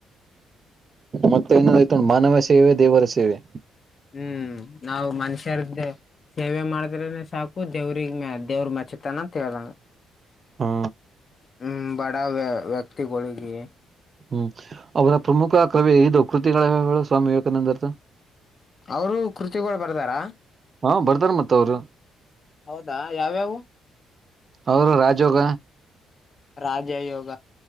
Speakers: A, on the right; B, on the left.
A: ಮತ್ತೆ ಇನ್ನೊಂದಯ್ತ್ ನೋಡ್ ಮಾನವ ಸೇವೆ ದೇವರ ಸೇವೆ.
B: ಹ್ಮ್ ನಾವು ಮನುಷ್ಯರ್ದ ಸೇವೆ ಮಾಡಿದ್ರನೆ ಸಾಕು ದೇವ್ರಿಗೆ ಮ ದೇವ್ರ ಮಚ್ಚತಾನ ಕೆಳ.
A: ಹಾ
B: ಹ್ಮ ಬಡ ವ್ಯ ವ್ಯಕ್ತಿಗಳಿಗೆ.
A: ಹ್ಮ್ ಅವರ ಪ್ರಮುಖ ಕವಿ ಇದು ಕೃತಿಗಳ ಹೇಳು ಸ್ವಾಮಿ ವಿವೇಕಾನಂದರ್ದು.
B: ಅವರು ಕೃತಿಗಳು ಬರದಾರ.
A: ಹ ಬರ್ದಾರ್ ಮತ್ ಅವರು
B: ಹೌದಾ ಯಾವ್ಯಾವು
A: ಅವರು ರಾಜೋಗ
B: ರಾಜ ಯೋಗ